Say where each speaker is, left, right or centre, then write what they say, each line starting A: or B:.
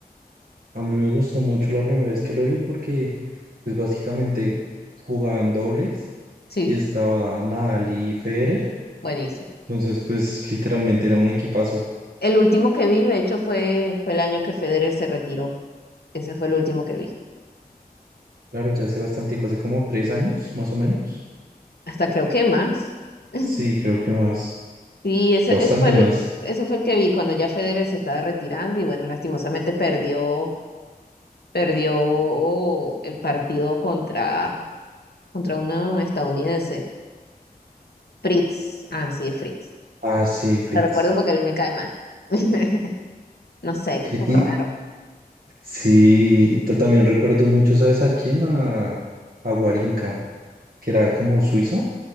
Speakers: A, on the right; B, on the left.
A: A mí me gustó mucho la primera vez que lo vi porque, pues básicamente jugaban dobles
B: Sí,
A: y estaba Nadal y Federer.
B: buenísimo.
A: Entonces, pues literalmente era un equipazo.
B: El último que vi, de hecho, fue, fue el año que Federer se retiró. Ese fue el último que vi.
A: Claro, ya hace bastante, hace como tres años, más o menos.
B: Hasta creo que más. <laughs>
A: Sí, creo que más.
B: Sí, ese,
A: Bastante
B: ese fue el,
A: más.
B: ese fue el que vi cuando ya Federer se estaba retirando y bueno, lastimosamente perdió perdió el partido contra, contra una estadounidense, Fritz. Ah, sí, es Fritz.
A: Ah, sí, Fritz.
B: Lo recuerdo porque él me cae mal. <laughs> No sé, él es como
A: Y
B: raro.
A: sí, ta- también recuerdo mucho, ¿sabes a quién? A, a Guarinca, que era como suizo.